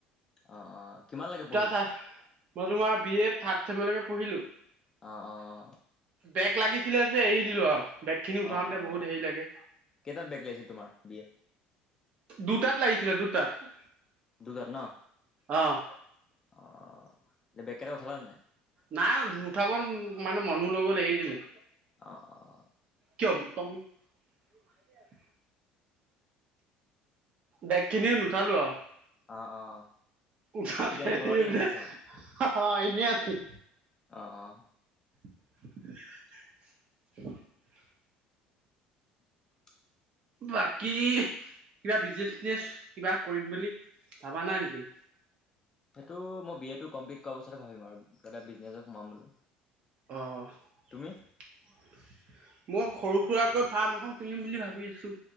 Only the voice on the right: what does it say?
চা মই তোমাৰ বি এড থাৰ্ড চেমৰলৈকে পঢ়িলো।
বেক লাগিছিলে যে এৰি দিলোঁ আৰু। বেক খিনি উঠাওতে
বহুত হেৰি লাগে।
দুটাত লাগিছিলে দুটাত,
অ'।
নাই নুঠাব মানে মনো নগ'ল এৰি দিলোঁ।
কিয় <inaudible> বেকখিনিও নুঠালো আৰু।
উঠাত
দেৰি
হ'লে
<unintelligible>
এনে আছোঁ।
<inaudible>
বাকী কিবা বিজনেচ-চিজনেছ কিবা কৰিম বুলি ভাবা নাই নেকি
অ মই
সৰু খুৰাকৈ ফাৰ্ম এখন খুলিম বুলি ভাবি আছো।